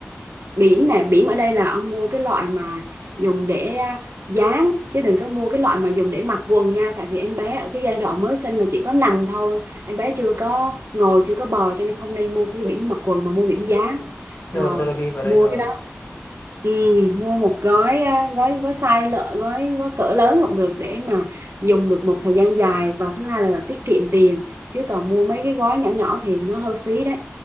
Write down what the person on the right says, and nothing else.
bỉm nè bỉm ở đây là ông mua cái loại mà dùng để à, dán chứ đừng có mua cái loại mà dùng để mặc quần nha tại vì em bé ở cái giai đoạn mới sinh là chỉ có nằm thôi em bé chưa có ngồi chưa có bò cho nên không nên mua cái bỉm mặc quần mà mua bỉm dán
rồi
mua
cái Ừ, mua một gói à, gói gói size lợ gói gói cỡ lớn cũng được để mà dùng được một thời gian dài và thứ hai là, tiết kiệm tiền chứ còn mua mấy cái gói nhỏ nhỏ thì nó hơi phí đấy